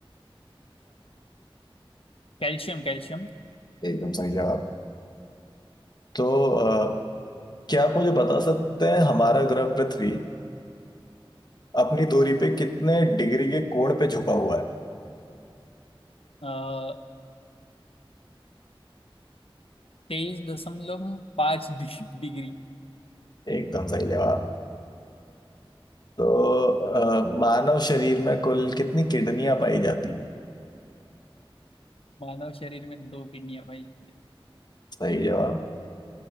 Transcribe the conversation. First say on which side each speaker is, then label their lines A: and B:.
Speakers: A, on the left; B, on the left.
A: Calcium calcium
B: एकदम सही जवाब तो अ, क्या आप मुझे बता सकते हैं हमारा ग्रह पृथ्वी अपनी दूरी पे कितने डिग्री के कोण पे झुका हुआ
A: हम्म तेईस दशमलव पाँच डिग्री
B: है एकदम सही जवाब तो अ, मानव शरीर में कुल कितनी किडनियां पाई जाती हैं
A: मानव शरीर में दो किडनियां पाई जाती है
B: सही जवाब